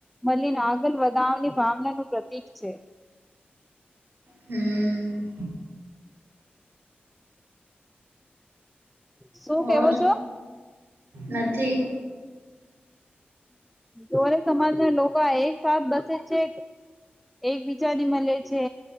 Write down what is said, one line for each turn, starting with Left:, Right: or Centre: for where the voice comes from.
Centre: મલીન આગળ વધાવાની ભાવનાનું પ્રતીક છે
Right: હમ્મ.
Centre: શું કેવો
Right: ઓર
Centre: છો.
Right: નથી.
Centre: સોર સમાજના લોકો એ સાત બસે છે એકબીજાની મળે છે